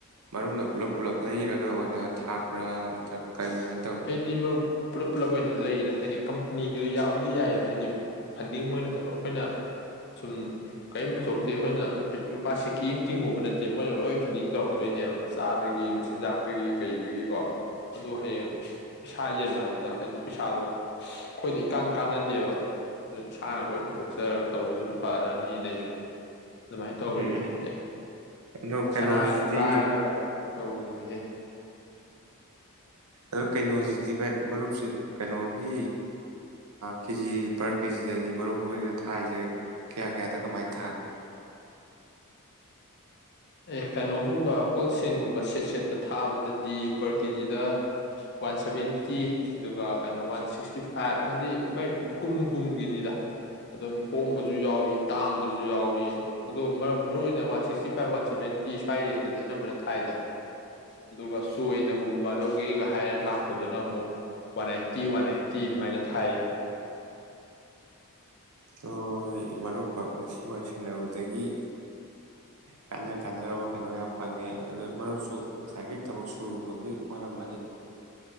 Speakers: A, on the right (about 80°); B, on the left (about 50°).
A: ꯃꯔꯨꯞꯅ ꯄꯨꯂꯞ ꯄꯨꯜꯂꯞ ꯂꯩꯔꯒ ꯑꯣꯏꯅ ꯊꯥꯛꯄ꯭ꯔꯥ ꯅꯠꯇ꯭ꯔꯒ ꯀꯃꯥꯏꯅ
B: ꯑꯁ
A: ꯇꯧꯏ
B: ꯑꯩꯗꯤ ꯃꯔꯨꯞ ꯄꯨꯜꯂꯞ ꯄꯨꯜꯂꯞ ꯑꯣꯏꯅ ꯂꯩꯗ ꯍꯥꯏꯗꯤ ꯀꯝꯄꯅꯤꯒꯤꯗꯣ ꯌꯥꯕꯨꯗꯤ ꯌꯥꯏꯑꯕ ꯍꯥꯏꯗꯤ ꯐꯟꯗꯤꯡ ꯃꯣꯏꯅꯠꯇꯧ ꯑꯩꯈꯣꯏꯅ ꯁꯨꯝ ꯀꯔꯤꯝ ꯄꯨꯊꯣꯛꯇꯦ ꯑꯩꯈꯣꯏꯅ ꯂꯨꯄꯥ ꯁꯤꯦꯀꯤ ꯑꯃ ꯇꯤꯡꯉꯨꯕ ꯅꯠꯇꯦ ꯃꯣꯏꯅ ꯂꯣꯏ ꯐꯟꯗꯤꯡ ꯇꯧꯔꯛꯀꯗꯣꯏꯅꯦꯕ ꯃꯆꯥꯗꯒꯤ ꯃꯆꯤꯟꯖꯥꯛꯇꯒꯤ ꯀꯩꯗꯒꯤꯀꯣ ꯑꯗꯨ ꯍꯌꯦꯡ ꯄꯩꯥ ꯌꯦꯟꯅꯕꯗ ꯍꯥꯏꯗꯤ ꯄꯩꯁꯥꯗꯣ ꯑꯩꯈꯣꯏꯗ ꯏꯀꯥꯟ ꯀꯥꯟꯅꯗꯦꯕ ꯑꯗꯨ ꯏꯁꯥꯅ ꯂꯣꯏ ꯄꯨꯊꯣꯛꯆꯔꯒ ꯇꯧꯕꯗꯨꯅ ꯐꯔꯅꯤꯅ ꯑꯩꯁꯨ ꯑꯗꯨꯃꯥꯏꯅ ꯇꯧꯔꯤꯅꯦ
A: ꯎꯝ
B: ꯑꯦ
A: ꯑꯗꯣ ꯀꯩꯅꯣꯁꯤꯗꯤ
B: ꯁꯅꯥꯒ ꯀꯥꯏꯔꯒ ꯇꯧꯔꯤꯅꯦꯍꯦ
A: ꯑ ꯀꯩꯅꯣꯁꯤꯗꯤ ꯚꯥꯏ ꯃꯔꯨꯞꯁꯤ ꯀꯩꯅꯣꯒꯤ ꯀꯦꯖꯤ ꯄꯔ ꯀꯦꯖꯤꯗꯗꯤ ꯃꯔꯨ ꯑꯣꯏꯅ ꯊꯥꯔꯤꯁꯦ ꯀꯌꯥ ꯀꯌꯥꯗ ꯀꯃꯥꯏꯅ ꯊꯥꯒꯦ
B: ꯑꯦ ꯀꯩꯅꯣꯒꯨꯝꯕ ꯍꯣꯜꯁꯦꯜꯒꯨꯝꯕ ꯁꯦꯠ ꯁꯦꯠꯇ ꯊꯥꯕꯗꯗꯤ ꯄꯔ ꯀꯦꯖꯤꯗ ꯋꯥꯟ ꯁꯚꯦꯟꯇꯤ ꯑꯗꯨꯒ ꯀꯩꯅꯣ ꯋꯥꯟ ꯁꯤꯛꯁꯇꯤ ꯐꯥꯏꯚ ꯍꯥꯏꯗꯤ ꯃꯥꯏ ꯀꯨꯝ ꯀꯨꯝꯒꯤꯅꯤꯗ ꯑꯗꯨꯝ ꯍꯣꯡꯕꯁꯨ ꯌꯥꯎꯏ ꯇꯥꯡꯕꯁꯨ ꯌꯥꯎꯏ ꯑꯗꯣ ꯃꯔꯨ ꯑꯣꯏꯅ one sixty five five one seventy ꯁ꯭ꯋꯥꯏ ꯔ ꯑꯗꯨꯗꯤ ꯑꯅꯝꯕꯅ ꯊꯥꯏꯗ ꯑꯗꯨꯒ ꯆꯣꯏꯅꯒꯨꯝꯕ ꯂꯧꯒꯦꯒ ꯍꯥꯏꯔ ꯂꯥꯛꯄꯗꯨꯅ ꯑꯃꯨꯛ ꯋꯥꯟ ꯑꯥꯏꯠꯇꯤ ꯋꯥꯟ ꯅꯥꯏꯟꯇꯤ ꯑꯗꯨꯃꯥꯏꯅ ꯊꯥꯏꯌꯦ
A: ꯍꯣꯏ ꯃꯔꯨꯞꯀ ꯉꯁꯤ ꯋꯥꯔꯤ ꯁꯥꯟꯅꯕꯗꯒꯤ ꯀꯥꯟꯅ ꯀꯥꯟꯅꯔꯕ ꯀꯩꯅꯣ ꯌꯥꯝ ꯐꯪꯉꯦ ꯑꯗꯨ ꯃꯔꯨꯞꯁꯨ ꯉꯁꯥꯏꯒꯤ ꯊꯕꯛ ꯁꯨꯔꯨꯕꯒꯤ ꯋꯥꯝ ꯑꯅꯤ